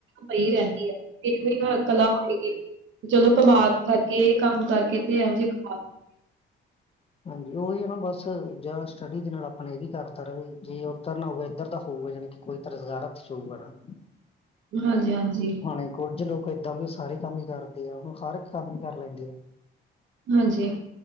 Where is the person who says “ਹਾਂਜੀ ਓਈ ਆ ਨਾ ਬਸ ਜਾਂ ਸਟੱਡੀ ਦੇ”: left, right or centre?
Left